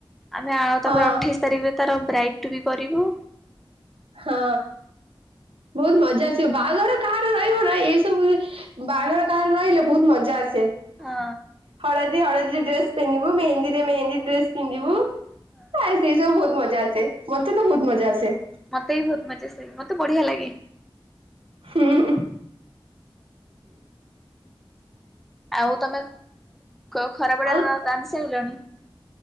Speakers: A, in the centre; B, on the right.
A: ଆମେ ଆଉ
B: ହଁ
A: ତାପରେ ଅଠେଇଶି ତାରିଖରେ ତାର ବ୍ରାଇଟ୍ ବି କରିବୁ।
B: ହଁ ବହୁତ ମଜା ଆସିବ ବାହାଘର କାହାର ରହିବ ନା ଏଇସବୁ ରେ ବାହାଘର କାହାର ରହିଲେ ବହୁତ ମଜା ଆସେ। ତେ
A: ହଁ
B: ହଳଦୀ ହଳଦୀ ଡ୍ରେସ ପିନ୍ଧିବୁ ମେହେନ୍ଦୀରେ ମେହେନ୍ଦୀ ଡ୍ରେସ ପିନ୍ଧିବୁ।
A: ହଁ।
B: ନାଇଁ ସେଇ ସବୁ ବହୁତ ମଜା ଆସେ ମତେ ତ ଭହୁତ ମଜା ଆସେ।
A: ମତେ ବି ଭହୁତ ମଜା ଆସେ ମତେ ବଢିଆ ଲାଗେ।
B: ହୁଁ ଉଁ।
A: ଆଉ ତମେ ଖ ଖରା ବଳେ
B: ଆଉ
A: ରା ରାନ୍ଧି ସାରିଲଣି?